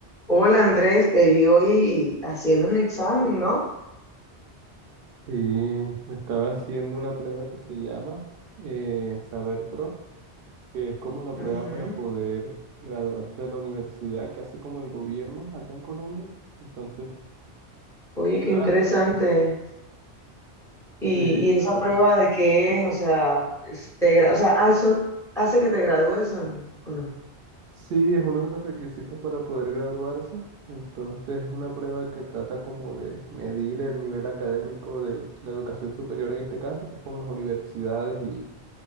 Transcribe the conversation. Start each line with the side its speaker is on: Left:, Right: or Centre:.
Centre: Hola Andrés, te vi hoy haciendo un examen, ¿no?
Right: Sí, me estaba haciendo una prueba que se llama eh, Saber Pro, que es como la prueba
Centre: Ujú.
Right: para poder graduarse de la universidad que hace como el gobierno acá en Colombia. Entonces,
Centre: Oye, qué
Right: nada,
Centre: interesante. Y,
Right: sí,
Centre: y esa
Right: la verdad.
Centre: prueba de qué es, o sea, es- te gra- o sea, ah, eso hace que te gradúes o n- o no.
Right: Sí, es uno de los requisitos para poder graduarse. Entonces, es una prueba que trata como de medir el nivel académico de la educación superior en este caso, que es como las universidades y